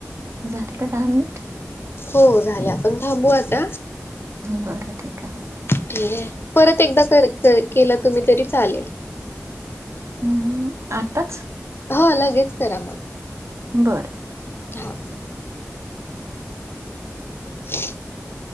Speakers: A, on the right (about 60°); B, on the left (about 45°).
A: झाले का दहा मिनिट.
B: हो झालं, आपण थांबू आता
A: बरं ठीक आहे मग
B: ठीक आहे. परत एकदा केला तुम्ही तरी चालेल.
A: हम्म आताच.
B: हा लगेच करा मग.
A: बरं
B: हा <inaudible>